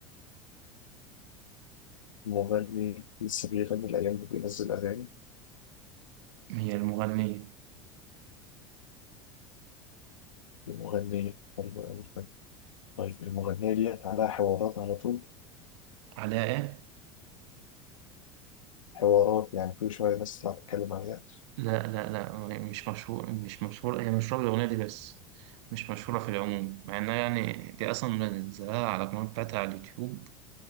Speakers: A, on the left (about 75°); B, on the right (about 60°).
A: مغني لسه بيغني الأيام دي بينزل أغاني
B: هي المغنية
A: لمغني حلو أوي طيب المغنية ديت عليها حوارات على طول
B: علاء
A: حوارات يعني كل شوية ناس تطلع تتكلم عليها
B: لا لا لا مش مشهور مش مشهورة هي مشهورة بالأغنية دي بس مش مشهورة في العموم مع إنها يعني دي أصلا منزلها على القناة بتاعتها على اليوتيوب